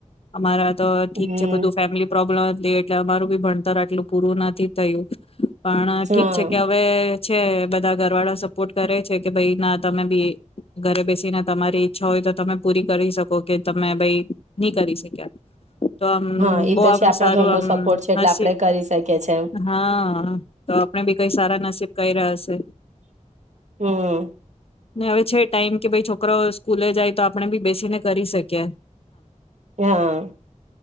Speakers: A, on the left; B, on the right.
A: અમારા તો ઠીક
B: હમ
A: છે, બ તું ફેમિલી પ્રોબ્લેમ એટલે અમારું બી ભણતર આટલું પૂરું નથી થયું. પણ
B: હા
A: ઠીક છે, કે હવે છે, બધા ઘર વાળા સપોર્ટ કરે છે, કે ભાઈ ના તમે બી ઘરે બેસીને તમારી ઈચ્છા હોય તો તમે પૂરી કરી શકો કે તમે ભાઈ નહી કરી શક્યા. તો આમ
B: હા એ
A: બહ
B: તો
A: આમ
B: છે આપડા
A: સારું
B: ઘરનો સપોર્ટ છે એટલે
A: આમસીબ
B: આપડે કરી શકીએ છે
A: હા તો આપડ કઈ સારા નસીબ કહી રહ્યા. હશે.
B: હમ્મ
A: ને હવે છે, ટાઈમ કે ભાઈ છોકરા સ્કૂલે જાય તો, આપણે બી બેસીને કરી શકીએ.
B: હા